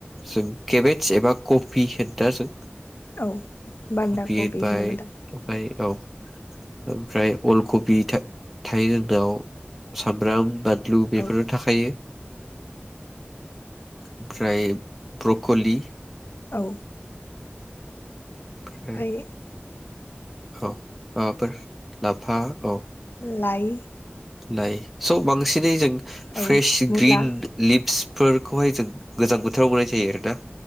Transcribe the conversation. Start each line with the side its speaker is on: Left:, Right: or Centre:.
Centre: जों केबेस एबा कफि होनो दा जों
Left: औ बान्दा
Centre: कफि
Left: कबि
Centre: होनबाय
Left: होनोमोनदां
Centre: ओमफ्राय औ ओमफ्राय अल कबि था-थायो जोंनाव सामब्राम बान लु बेफोरो
Left: औ
Centre: थाखायो ओमफ्राय ब्रकलि
Left: औ ओमफाय
Centre: ओमफ्राय औ माबाफोर लाफा औ
Left: लाइ
Centre: लाइ स' बांसिनै जों
Left: औ
Centre: फ्रेश
Left: मुला
Centre: ग्रिन लिभस फोरखौहाय जों गोजां बोथोराव मोननाय जायो आरोना।